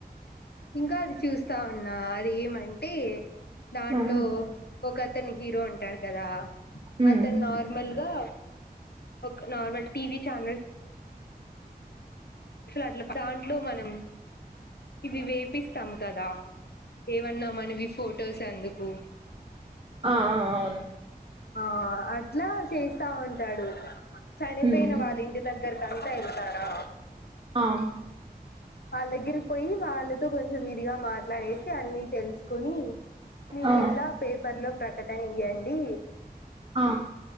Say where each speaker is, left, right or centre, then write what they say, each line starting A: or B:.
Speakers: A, on the left (about 80°); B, on the right (about 30°).
A: ఇంకా అది చూసి తన్నా అది ఏమంటే దాంట్లో
B: ఉమ్
A: ఒక అతని హీరో అన్ ట్టాడు కదా
B: ఉమ్
A: అతను నార్మల్గా ఒక నార్మల్ టీవీ చానల్ సల అట్లా దాంట్లో మనం ఇవి వేపిస్తాం కదా ఏమన్నా మనవి ఫొటోస్ ఎందుకు
B: ఆ ఆ అవును
A: ఆ అట్లా చేస్తావుంటాడు చనిపోయిన
B: ఉమ్
A: వాళ్ళ ఇంటి దగ్గరకి అంతా వెళ్తారా
B: ఆ
A: వాళ్ళ దగ్గరి పోయి వాళ్ళతో కొంచెం ఇదిగా మాట్లాడేసి అన్ని తెలుసుకుని మీరు
B: ఆ
A: ఇట్లా పేపర్ లో ప్రకటన ఇయ్యండి
B: ఆ